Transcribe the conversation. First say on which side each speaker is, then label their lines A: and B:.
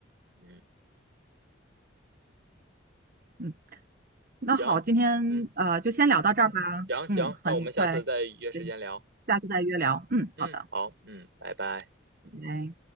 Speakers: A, on the right; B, on the right.
A: 嗯，
B: 嗯，那好，
A: 行，
B: 今天呃就先聊到这儿吧，
A: 嗯，行行，
B: 嗯，
A: 那我们下次再约时间聊。
B: 很愉快，对，下次再约聊，嗯，
A: 嗯，
B: 好的，
A: 好，嗯，拜拜。
B: 拜拜。